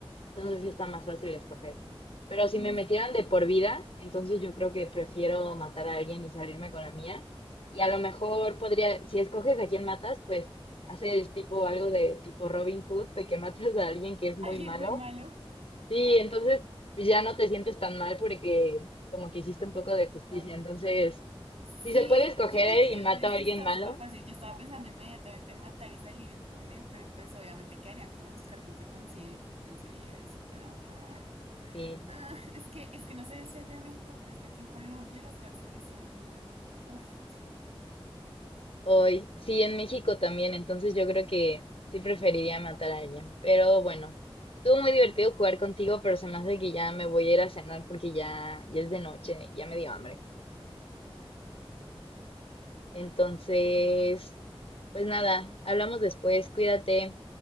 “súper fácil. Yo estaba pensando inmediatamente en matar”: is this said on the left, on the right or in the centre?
Right